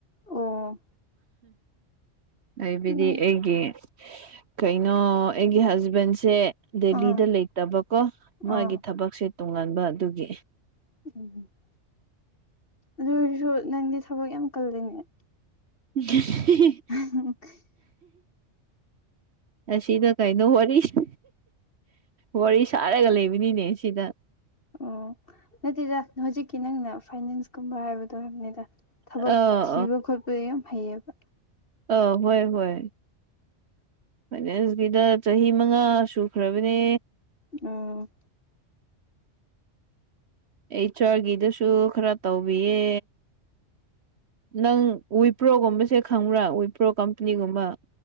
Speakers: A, on the left; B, on the right.
A: ꯑꯣ
B: ꯍꯥꯏꯕꯤꯗꯤ
A: ꯎꯝ
B: ꯑꯩꯒꯤ ꯀꯩꯅꯣ ꯑꯩꯒꯤ ꯍꯁꯕꯦꯟꯁꯦ ꯗꯦꯂꯤꯗ
A: ꯑꯥ
B: ꯂꯩꯇꯕꯀꯣ ꯃꯥꯒꯤ
A: ꯑꯥ
B: ꯊꯕꯛꯁꯦ ꯇꯣꯉꯥꯟꯕ ꯑꯗꯨꯒꯤ
A: <inaudible> ꯑꯗꯨꯑꯣꯏꯔꯁꯨ ꯅꯪꯗꯤ ꯊꯕꯛ ꯌꯥꯝ ꯀꯜꯂꯦꯅꯦ
B: <unintelligible>
A: <unintelligible>
B: ꯑꯁꯤꯗ ꯀꯩꯅꯣ ꯋꯥꯔꯤꯁꯤ ꯋꯥꯔꯤ ꯁꯥꯔꯒ ꯂꯩꯕꯅꯤꯅꯦ ꯁꯤꯗ
A: ꯑꯣ ꯅꯠꯇꯦꯗ ꯍꯧꯖꯤꯛꯀꯤ ꯅꯪꯅ ꯐꯥꯏꯅꯦꯟꯁꯀꯨꯝꯕ ꯍꯥꯏꯕꯗꯣ ꯍꯥꯏꯕꯅꯤꯗ ꯊꯕꯛ
B: ꯑꯥ
A: ꯊꯤꯕ ꯈꯣꯠꯄ ꯌꯥꯝ ꯐꯩꯌꯦꯕ
B: ꯑ ꯍꯣꯏ ꯍꯣꯏ ꯐꯥꯏꯅꯦꯟꯁꯀꯤꯗ ꯆꯍꯤ ꯃꯉꯥ ꯁꯨꯈ꯭ꯔꯕꯅꯦ
A: ꯑ
B: ꯑꯦꯆ ꯑꯥ꯭ꯔ ꯒꯤꯗꯨꯁꯨ ꯈꯔ ꯇꯧꯕꯤꯌꯦ ꯅꯪ ꯋꯤꯄ꯭ꯔꯣꯒꯨꯝꯕꯁꯦ ꯈꯪꯕ꯭ꯔꯥ ꯋꯤꯄ꯭ꯔꯣ ꯀꯝꯄꯅꯤꯒꯨꯝꯕ